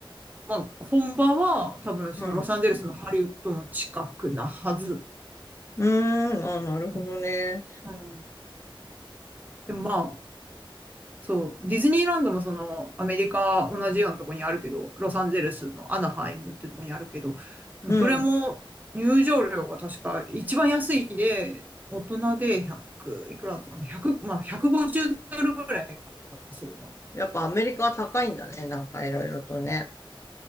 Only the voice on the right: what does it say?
まあ、本場は、多分、そのロサンゼルスのハリウッドの近くなはず。
うんうんでもまあ、そう、ディズニーランドもその、アメリカ同じようなとこにあるけど、ロサンゼルスのアナハイムってとこにあるけど、でもそれも入場料が確か一番安い日で、
大人で100、いくらだったかな、100、まあ150ドルぐらいか、そうだ。